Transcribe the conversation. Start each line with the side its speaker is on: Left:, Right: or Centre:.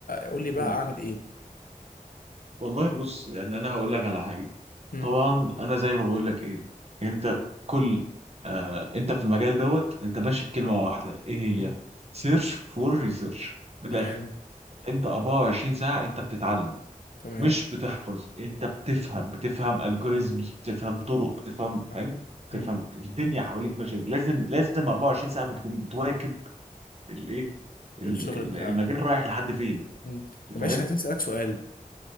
Left: قول لي بقى
Right: مم.
Left: اعمل ايه
Right: والله بص يعني انا هقول لك على حاجه
Left: مم.
Right: طبعا انا زي ما بقول لك ايه انت كل آه انت في المجال دوت انت ماشي بكلمه واحده ايه هي
Left: مم.
Right: سيرش فور ريسيرش من
Left: تمام
Right: الاخر انت 24 ساعه انت بتتعلم
Left: تمام
Right: مش بتحفظ انت بتفهم بتفهم الجوريزمز بتفهم طرق بتفهم
Left: صح.
Right: فاهم بتفهم
Left: مم.
Right: الدنيا حواليك ماشيه إزاي. لازم لازم 24 ساعه بتكون بتواكب الايه ال-
Left: الشغل
Right: ال-
Left: بتاعك
Right: المجال رايح لحد فين
Left: مم.
Right: انت
Left: طب
Right: فاهم؟
Left: معلش عايزين اسالك سؤال